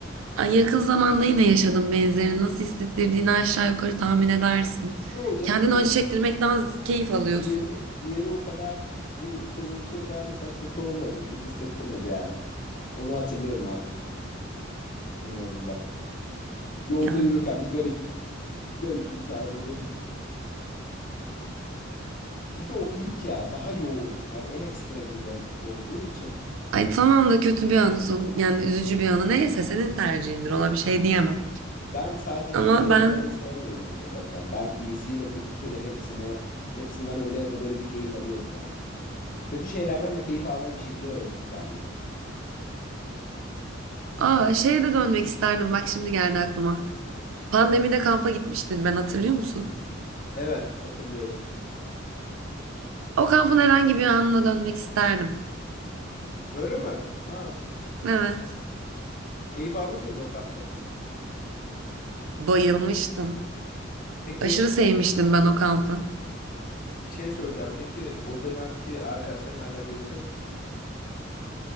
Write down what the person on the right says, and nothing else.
Ay yakın zamanda yine yaşadım benzerini. Nasıl hissettirdiğini aşağı yukarı tahmin edersin.
Kendini
acı çektirmekten keyif alıyorsun.
Yani.
Ay tamam da kötü bir anı son yani üzücü bir anı neyse senin tercihindir ona bir şey diyemem.
Ama
ben
aa şeye de dönmek isterdim bak şimdi geldi aklıma. Pandemide kampa gitmiştim ben hatırlıyor musun?
O kampın herhangi bir anına dönmek isterdim.
Evet.
Bayılmıştım.
Aşırı sevmiştim ben o kampı.